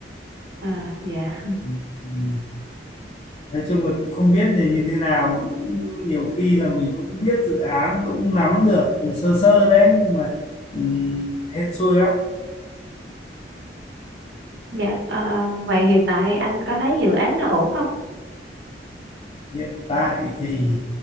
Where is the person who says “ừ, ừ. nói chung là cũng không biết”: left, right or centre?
Left